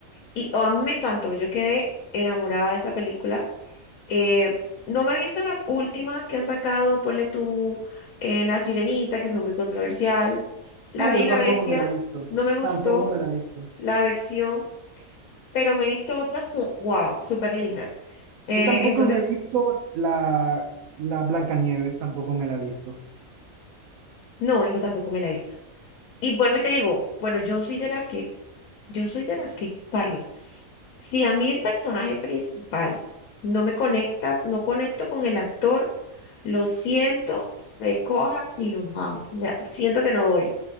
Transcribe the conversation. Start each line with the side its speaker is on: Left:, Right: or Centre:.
Left: y oh, a mí me encantó, yo quedé enamorada de esa película. Eh, no me he visto las últimas que han sacado, ponle tú eh, La Sirenita, que fue muy controversial, La
Right: No,
Left: Bella
Right: yo
Left: y la
Right: tampoco
Left: Bestia,
Right: me la he visto,
Left: no me gustó
Right: tampoco me la he visto.
Left: la versión, pero me he visto otras que, wow, súper lindas. Eh,
Right: Yo tampoco
Left: entonces...
Right: me he visto la, la Blancanieves, tampoco me la he visto.
Left: No, esa tampoco me la he visto. Y vuelvo y te digo, bueno, yo soy de las que, yo soy de las que, Carlos, si a mí el personaje principal no me conecta, no conecto con el actor, lo siento, me coja y nos vamos. O sea, siento que no doy,